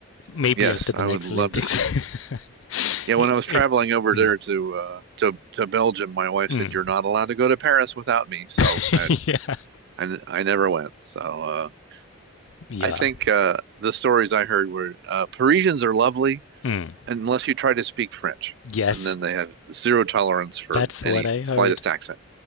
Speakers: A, on the left; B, on the right.
A: Maybe
B: Yes,
A: after the
B: I
A: next
B: would love
A: Olympics,
B: to see it.
A: <laughs>
B: Yeah,
A: if
B: when I was traveling over
A: mm,
B: there to uh to to Belgium, my wife
A: mm.
B: said you're not allowed to go to Paris without me, so
A: <laughs>
B: I
A: yeah.
B: I, I never went. So uh,
A: Yeah.
B: I think uh, the stories I heard were uh, Parisians are lovely
A: Mm.
B: unless you try to speak French,
A: Yes,
B: and then they have zero tolerance for
A: that's
B: any
A: what I heard.
B: slightest accent.